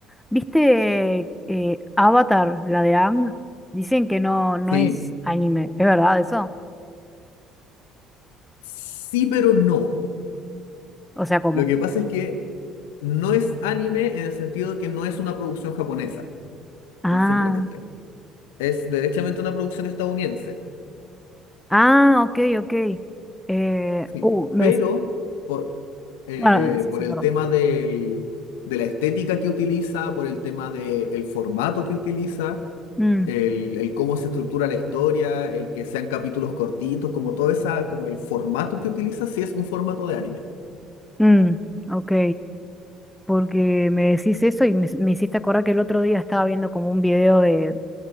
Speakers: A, in the centre; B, on the left (about 70°).
A: ¿Viste eh, Avatar, la de Ang? Dicen que no, no
B: Sí,
A: es anime, ¿es verdad eso?
B: sí, pero no.
A: O sea, ¿cómo?
B: Lo que pasa es que no es anime en el sentido de que no es una producción japonesa,
A: Ah,
B: simplemente. Es derechamente una producción estadounidense.
A: ah, ok, ok. Eh,
B: Sí.
A: uh, me
B: Pero
A: decís,
B: por, eh,
A: ah, sí,
B: por
A: sí,
B: el
A: perdón.
B: tema del- de la estética que utiliza, por el tema del formato que utiliza,
A: Mm,
B: el, el cómo se estructura la historia, el que sean capítulos cortitos, como todo esa, como el formato que utiliza, sí es un formato de anime.
A: mm, ok, porque me decís eso y me, me hiciste acordar que el otro día estaba viendo como un video de